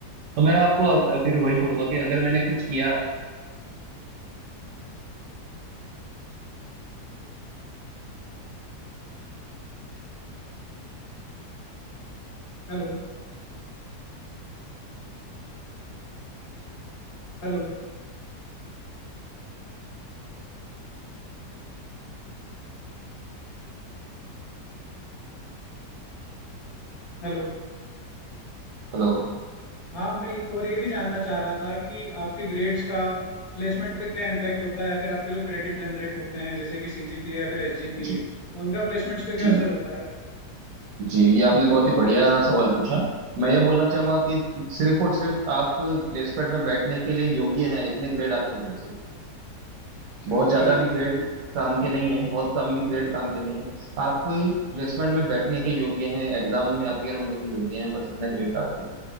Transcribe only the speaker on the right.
तो मैं आपको अ, फिर वही बोलूंगा कि अगर मैंने कुछ किया
हेलो
जी
जी
जी ये आपने बहुत ही बढ़िया सवाल पूछा मैं ये बोलना चाहूंगा कि सिर्फ और सिर्फ आप प्लेसमेंट में बैठने के लिए योग्य हैं इतने ग्रेड आपके होने चाहिए
बहुत ज्यादा
भी ग्रेड काम के नहीं है बहुत कम भी ग्रेड काम के नहीं है आप प्लेसमेंट में बैठने के योग्य हैं एग्जाम में अपियर होने के योग्य हैं बस इतना ग्रेड काफी है